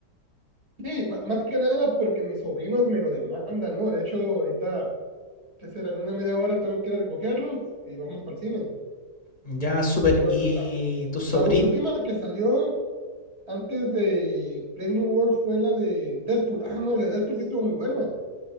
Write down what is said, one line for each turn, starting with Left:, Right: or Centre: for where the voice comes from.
Right: Sí, ma- más que nada porque mis sobrinos me lo demandan, ¿no? De hecho, ahorita ¿qué será? En una media hora tengo que ir a recogerlos y vamos para el cine.
Left: Ya, súper.
Right: Pero
Left: Y
Right: la, la,
Left: tu sobrín.
Right: la última que salió antes de Premium World fue la de Deadpool. Ah, no, la de Deadpool sí estuvo muy buena.